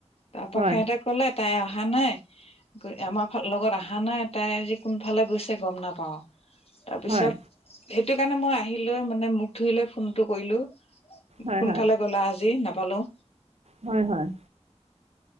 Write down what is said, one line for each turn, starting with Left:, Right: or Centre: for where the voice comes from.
Left: তাৰ পৰা
Right: হয়
Left: সিহঁতে কলে তাই অহা নাই গৈ আমাৰ ফালে লগত অহা নাই তাই আজি কোনফালে গৈছে গম নাপাওঁ তাৰপিছত
Right: হয়
Left: সেইটো কাৰণে মই আহিলৈ মানে মোক ধূই লৈ ফোনটো কৰিলো
Right: হয় হয়
Left: কোনফালে গ'লা আজি নাপালো
Right: হয় হয়